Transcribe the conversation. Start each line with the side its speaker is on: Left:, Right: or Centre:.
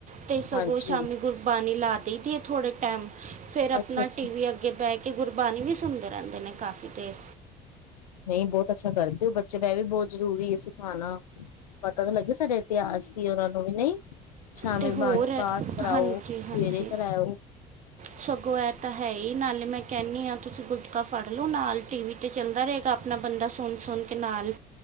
Right: ਤੇ ਸਗੋਂ
Left: ਹਾਂਜੀ
Right: ਸ਼ਾਮੀ ਗੁਰਬਾਣੀ ਲਾ ਦੇਈ ਦੀ ਏ ਥੋੜੇ ਟਾਈਮ, ਫੇਰ
Left: ਅੱਛਾ
Right: ਆਪਣਾ
Left: ਅੱਛਾ
Right: ਟੀ ਵੀ ਅੱਗੇ ਬਹਿ ਕੇ ਗੁਰਬਾਣੀ ਵੀ ਸੁਣਦੇ ਰਹਿੰਦੇ ਨੇ ਕਾਫੀ ਦੇਰ।
Left: ਨਹੀਂ, ਬਹੁਤ ਅੱਛਾ ਕਰਦੇ ਓ, ਬੱਚੇ ਨੂੰ ਇਹ ਵੀ ਬਹੁਤ ਜ਼ਰੂਰੀ ਐ ਸਿਖਾਣਾ। ਪਤਾ ਵੀ ਲੱਗੇ ਸਾਡੇ ਇਤਿਹਾਸ ਕੀ ਐ, ਉਹਨਾਂ ਨੂੰ ਵੀ ਨਹੀਂ। ਸ਼ਾਮੀ
Right: ਅਤੇ ਹੋਰ
Left: ਬਾਣੀ ਪਾਠ ਕਰਾਓ,
Right: ਹਾਂਜੀ
Left: ਸਵੇਰੇ
Right: ਹਾਂਜੀ
Left: ਕਰਾਓ।
Right: ਸਗੋਂ ਇਹ ਤਾਂ ਹੈ ਈ, ਨਾਲੇ ਮੈਂ ਕਹਿੰਨੀ ਆਂ, ਤੁਸੀਂ ਗੁਟਕਾ ਫੜ ਲਉ ਨਾਲ ਟੀ ਵੀ ਤੇ ਚਲਦਾ ਰਹੇਗਾ, ਆਪਣਾ ਬੰਦਾ ਸੁਣ-ਸੁਣ ਕੇ ਨਾਲ